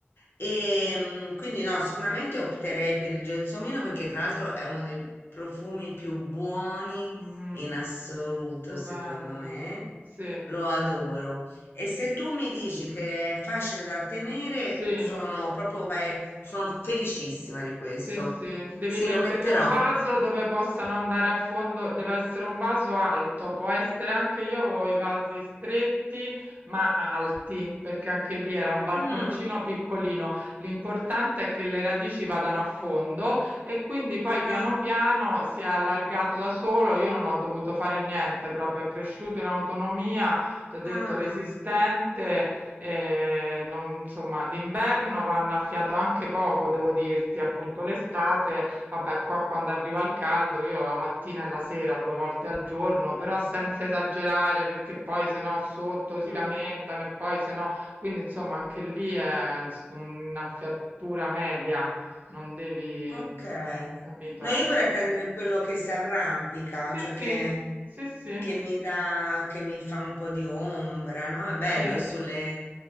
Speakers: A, on the left; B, on the right.
A: E mm, quindi no, sicuramente opterei per il gelsomino perché tra l'altro è uno dei profumi più buoni
B: mm,
A: in assoluto,
B: stupendo.
A: secondo me.
B: Sì,
A: Lo adoro. E se tu mi dici che è facile da tenere,
B: sì.
A: sono proprio, vai- sono felicissima di questo.
B: Sì, sì, devi
A: Sì,
B: mettergli
A: lo metterò.
B: un vaso dove possano andare a fondo, deve essere un vaso alto, può essere anche io avevo i vasi stretti ma alti, perché anche lì era un balconcino
A: Mm,
B: piccolino. L'importante è che le radici vadano a fondo e quindi poi piano
A: eh,
B: piano si è allargato da solo, io non ho dovuto fare niente, proprio è cresciuto in autonomia, ti ho detto
A: mm,
B: resistente e non insomma, d'inverno vanno a fiato anche poco, devo dirti, appunto l'estate, vabbè, qua quando arriva il caldo, io la mattina e la sera due volte al giorno, però senza esagerare, perché poi se no sotto si
A: mm.
B: lamentano e poi se no, quindi insomma, anche lì è ins- una fiatura media, non devi,
A: Ok.
B: capito?
A: No, io vorrei prendere quello che si arrampica,
B: Sì,
A: cioè
B: sì,
A: che,
B: sì, sì,
A: che mi dà, che mi fa un po' di ombra, no? È
B: sì,
A: bello sulle,